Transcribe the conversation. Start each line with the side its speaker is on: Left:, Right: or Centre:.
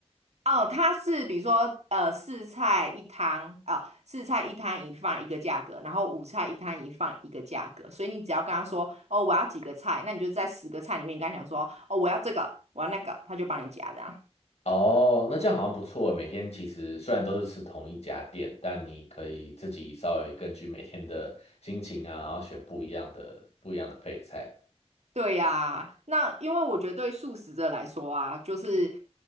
Right: 哦，它是比如说，呃，四菜一汤，啊、四菜一汤一饭一个价格，然后五菜一汤一饭一个价格，所以你只要跟他说，哦，我要几个菜，那你就在十个菜里面跟他讲说，哦，我要这个，我要那个，他就帮你夹这样。
Left: 哦，那这样好像不错欸。每天其实虽然都是吃同一家店，但你可以自己稍微根据每天的心情啊，然后选不一样的不一样的配菜。
Right: 对呀、那因为我觉得对素食者来说啊，就是